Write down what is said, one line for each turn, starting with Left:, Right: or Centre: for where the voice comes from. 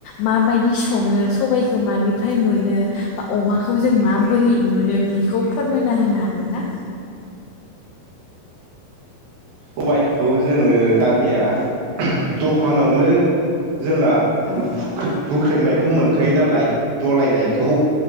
Left: माबायदि सं सङो सबायखौ मानिफ्राय मोनो बा अमाखौ जों माबोरै मोनो बिखौ फोरमायना होनो हागोन ना?
Right: सबायखौ जोङो दानिया दखानावनो जोंङा
Left: औ
Right: हुख्रे हुख्रेमनायखौ मोनखा खायो नालाय दलायनायखौ